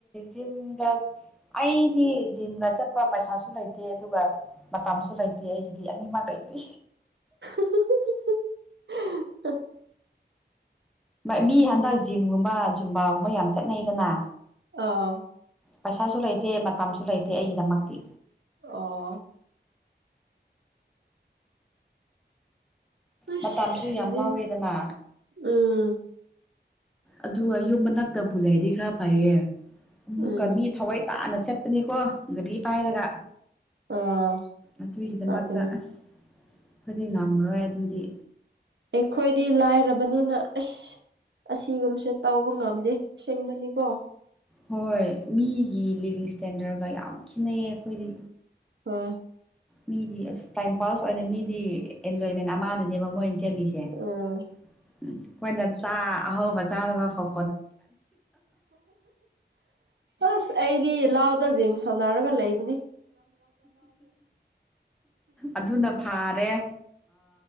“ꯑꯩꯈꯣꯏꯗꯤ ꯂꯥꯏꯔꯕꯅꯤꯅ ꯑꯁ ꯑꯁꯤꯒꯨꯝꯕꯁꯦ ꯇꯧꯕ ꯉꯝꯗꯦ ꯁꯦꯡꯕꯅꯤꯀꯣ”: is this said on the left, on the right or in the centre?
Right